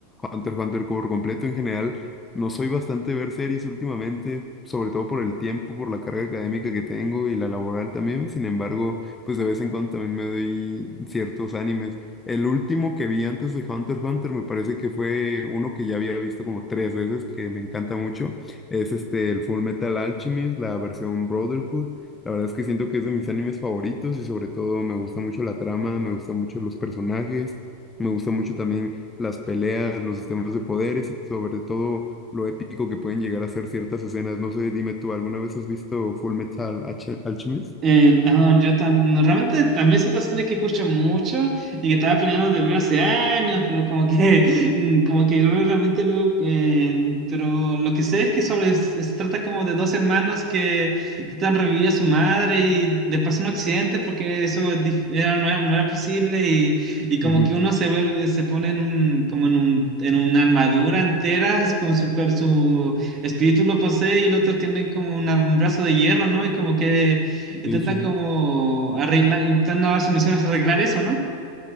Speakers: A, on the left; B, on the right.
A: Hunter x Hunter por completo. En general, no soy bastante de ver series últimamente, sobre todo por el tiempo, por la carga académica que tengo y la laboral también. Sin embargo, pues de vez en cuando también me doy ciertos animes. El último que vi antes de Hunter x Hunter me parece que fue uno que ya había visto como tres veces, que me encanta mucho. Es este, el Full Metal Alchemist, la versión Brotherhood. La verdad es que siento que es de mis animes favoritos y sobre todo me gusta mucho la trama, me gustan mucho los personajes, me gusta mucho también las peleas, los sistemas de poderes y sobre todo lo épico que pueden llegar a ser ciertas escenas. No sé, dime tú, ¿alguna vez has visto Full Metal Alchemist?
B: Eh, no, yo tam- no, realmente también es otra serie que escucho mucho y que estaba planeando de ver hace años, pero como que, <laughs> mm, como que yo realmente veo, eh, pero lo que sé es que sobre, se trata como de dos hermanos que, que están reviviendo a su madre y le pasa un accidente porque eso es dif- era, no era, no era posible y, y como
A: Ujú,
B: que uno se vuelve, se pone en un, como en un, en una armadura entera con su, per- su espíritu lo posee y el otro tiene como una- un brazo de hierro, ¿no? Y como que Intenta
A: Sí, sí,
B: como
A: sí.
B: arreglar, intentando su misión es arreglar eso, ¿no?